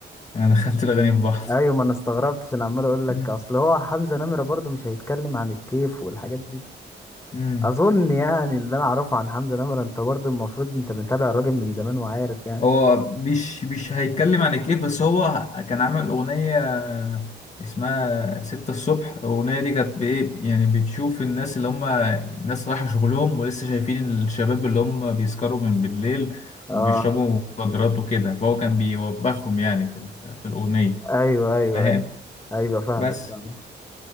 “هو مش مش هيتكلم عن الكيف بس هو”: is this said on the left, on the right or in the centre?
Left